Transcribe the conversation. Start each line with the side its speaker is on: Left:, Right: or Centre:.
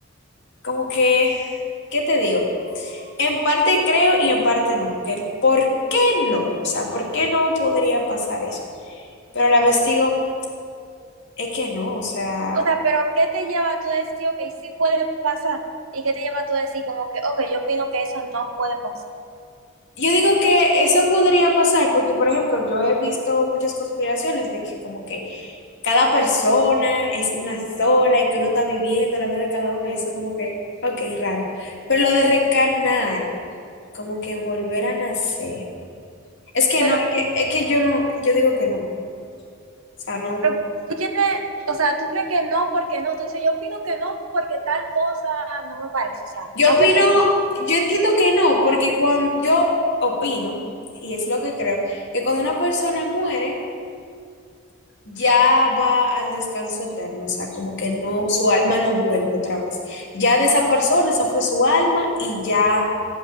Left: como que, ¿qué te digo? En parte creo y en parte no, que ¿por qué no? O sea, ¿por qué no podría pasar eso? Pero a la vez digo, es que no, o sea,
Right: O sea, pero ¿qué te lleva a tú decir, ok, sí puede pasar? ¿Y qué te lleva a tú decir como que, ok, yo opino que eso no puede pasar?
Left: yo digo que eso podría pasar porque, por ejemplo, yo he visto muchas conspiraciones de que como que cada persona es una sola y que uno está viviendo la vida de cada uno y eso como que, ok, raro. Pero lo de reencarnar, como que volver a nacer. Es que
Right: Pero,
Left: no, es que, es que yo no, yo digo que no. O sea, no.
Right: pero tú tienes, o sea, tú crees que no porque no. Tú dices, yo opino que no porque tal cosa no me parece. O sea,
Left: Yo
Right: no
Left: opino,
Right: porque no.
Left: yo entiendo que no, porque cuando yo opino, y es lo que creo, que cuando una persona muere, ya va al descanso eterno, o sea, como que no, su alma no vuelve otra vez. Ya de esa persona, esa fue su alma y ya